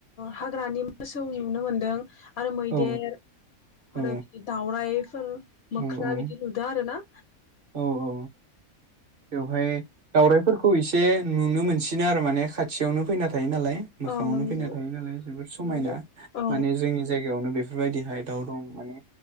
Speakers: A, on the left; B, on the right.
A: हाग्रानि मोसौ नुनो मोनदों। आरो मैदेर
B: औ
A: आरो
B: औ
A: बिदि दावराइ ओ। मोख्रा
B: औ औ
A: बिदि नुदों। आरो ना?
B: औ औ। बेवहाय दावरायइफोरखौ खौ इसे नुनो मोनसिनो आरो माने खाथियावनो फैना थायो नालाय। मोखाङावनो
A: औ नंगौ
B: फैना थायो नालाय जोबोद समायना
A: नंगौ औ
B: माने जोंनि जायगायावनो बेफोरबायदिहाय दाउ दं माने